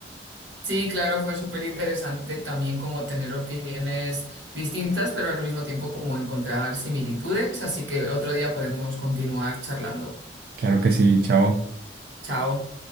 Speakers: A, on the right; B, on the right.
A: Sí, claro, fue súper interesante también como tener opiniones distintas, pero al mismo tiempo como encontrar similitudes, así que otro día podemos continuar charlando.
B: Claro que sí, chao.
A: Chao.